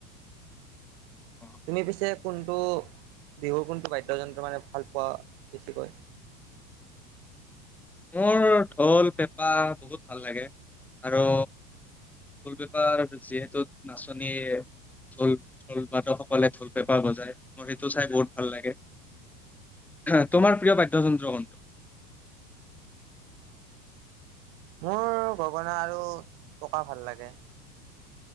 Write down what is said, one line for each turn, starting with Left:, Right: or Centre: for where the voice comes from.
Centre: অ',
Right: তুমি পিছে কোনটো বিহুৰ কোনটো বাদ্যযন্ত্ৰ মানে ভাল পোৱা বেছিকৈ?
Centre: মোৰ ঢো- পেঁপা বহুত ভাল লাগে আৰু ঢোল পেপাৰ যিহেতু নাচনীয়ে ঢোল ঢোল বাদকসকলে ঢোল পেঁপাৰ বজাই মোৰ সেইটো চাই বহুত ভাল লাগে। বা তোমাৰ প্ৰিয় বাদ্যযন্ত্ৰ কোনটো?
Right: মোৰ গগনা আৰু টকা ভাল লাগে।